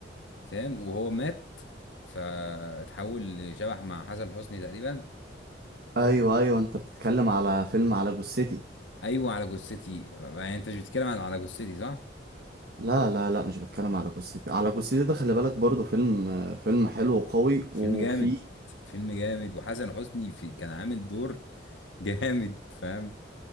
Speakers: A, on the left (about 80°); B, on the right (about 55°).
A: فاهم وهو مات فاتحول لشبح مع حسن حسني تقريبا
B: أيوه أيوه أنت بتتكلم على فيلم على جثتي
A: ايوه على جثتي يعني انت مش بتتكلم عن على جثتي صح
B: لا لا لا مش بتكلم على جثتي على جثتي ده خلي بالك برضه فيلم فيلم حلو وقوي
A: فيلم
B: وفيه
A: جامد فيلم جامد وحسن حسني في كان عامل دور <laughs> جامد فاهم